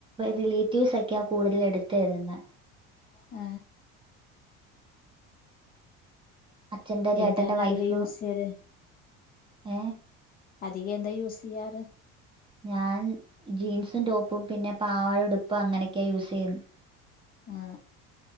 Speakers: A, on the right; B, on the left.
A: റിലേറ്റീവ്സ് ഒക്കെയാ കൂടുതൽ എടുത്ത് തരുന്നത്
B: ആ
A: അച്ഛന്റെ ചേട്ടന്റെ
B: എന്താണ്
A: വൈഫ്
B: അധികം യൂസ് ചെയ്യല്
A: ഏ
B: അധികം എന്താ യൂസ് ചെയ്യാറ്
A: ഞാൻ ജീൻസും ടോപ്പും പിന്നെ പാവ ഉടുപ്പും അങ്ങനൊക്കെയാ യൂസ് ചെയ്യുന്നെ
B: ആ